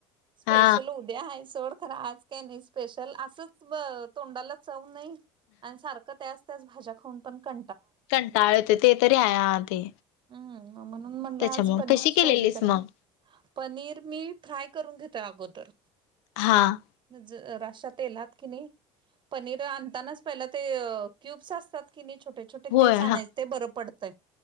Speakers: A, on the right (about 35°); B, on the left (about 85°).
A: स्पेशल
B: हा
A: उ ते आहे सोड, खरं आज काय नाही स्पेशल असंच तोंडाला चव नाही. आणि सारखं त्याच त्याच भाज्या खाऊन पण कं
B: कंटाळ येतोय ते तरी आहे हा ते.
A: हम्म! म्हणून म्हणलं
B: त्याच्यामुळे
A: आज पनीरची
B: कशी केलेलीस
A: भाजी कर
B: मग?
A: पनीर मी फ्राय करून घेतोय अगोदर.
B: हां.
A: जराश्या तेलात की नाही. पनीर आणतानाच पहिलं ते क्यूब्स असतात कि नाही छोटे- छोटे
B: होय
A: तेच आणायचं
B: हा
A: ते बरं पडतंय